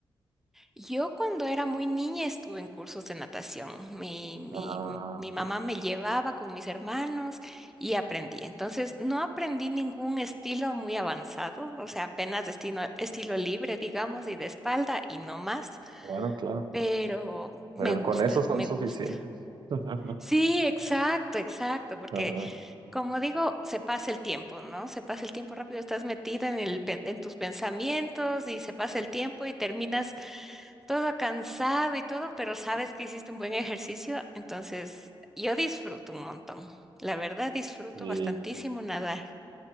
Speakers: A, in the centre; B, on the right (about 55°).
A: Yo cuando era muy niña estuve en cursos de natación. Mi, mi,
B: Ah,
A: m- mi
B: ok,
A: mamá me llevaba con mis hermanos y aprendí. Entonces no aprendí ningún estilo muy avanzado, o sea, apenas estilo, estilo libre, digamos, y de espalda y no más.
B: claro, claro.
A: Pero me
B: Pero
A: gusta,
B: con eso son
A: me
B: suficientes.
A: gusta.
B: <laughs>
A: Sí, exacto, exacto, porque
B: Ajá.
A: Como digo, se pasa el tiempo, ¿no? Se pasa el tiempo rápido, estás metida en el, pen- en tus pensamientos y se pasa el tiempo y terminas todo cansado y todo, pero sabes que hiciste un buen ejercicio, entonces yo disfruto un montón. La verdad, disfruto
B: Y
A: bastantísimo nadar.